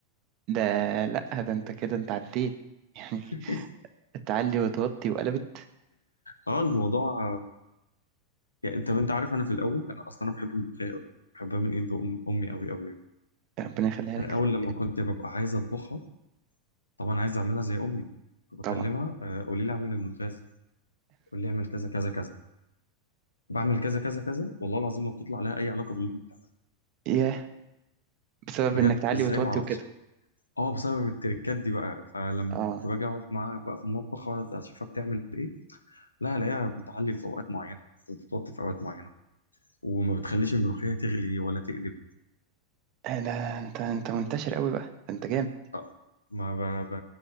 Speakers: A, on the right (about 40°); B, on the left (about 75°).
A: ده لا ده انت كده انت عديت <laughs> يعني
B: <laughs>
A: تعلي وتوطي وقلبت
B: اه الموضوع يعني انت انت عارف انا في الاول انا اصلا انا بحب الملوخيه قوي بحبها من ايد أم- امي قوي قوي
A: ربنا يخليها
B: انا
A: لك
B: اول لما كنت ببقى عايز اطبخها طبعا عايز اعملها زي امي فبكلمها
A: طبعا
B: آه، قولي لي اعمل الملوخيه ازاي تقول لي اعمل كذا كذا كذا بعمل كذا كذا كذا والله العظيم ما بتطلع لها اي علاقه باللي أنت بتعمله
A: ياه بسبب
B: بجد
A: انك تعلي
B: ازاي
A: وتوطي
B: ما اعرفش
A: وكده
B: اه بسبب التركات دي بقى فلما
A: اه
B: كنت باجي اقعد معاها بقى في المطبخ أقعد اشوفها بتعمل ايه لا الاقيها بتعلي في اوقات معينه وبتوطي في اوقات معينه وما بتخليش الملوخيه تغلي ولا تقلب
A: لا انت انت منتشر قوي بقى ده انت جامد
B: آه، ما ب... ب...